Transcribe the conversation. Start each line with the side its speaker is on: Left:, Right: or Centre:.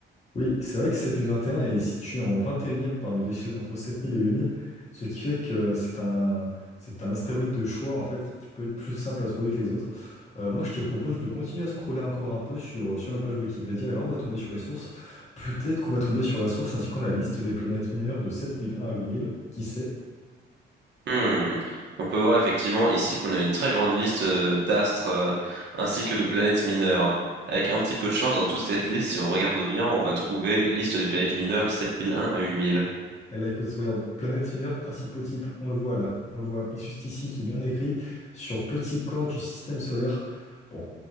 Left: Oui, c'est vrai que 7021 est situé en vingt et unième parmi l'échelle entre 7000 et 8000, ce qui fait que c'est un, c'est un astéroïde de choix, en fait, qui peut être plus simple à trouver que les autres. Euh, moi, je te propose de continuer à scroller encore un peu sur, sur la page Wikipédia, et là, on va tomber sur les sources. Peut-être qu'on va tomber sur la source indiquant la liste des planètes mineures de 7001 à 8000, qui sait?
Right: Hmm. On peut voir effectivement ici qu'on a une très grande liste euh, d'astres euh, ainsi que de planètes mineures. Avec un petit peu de chance, dans toute cette liste, si on regarde bien, on va trouver liste des planètes mineures sept mille un à 8000.
Left: Et là, écoute, regarde, Planète Finir, principaux types, on le voit là, on le voit juste ici qui est bien écrit sur petit corps du système solaire. Bon,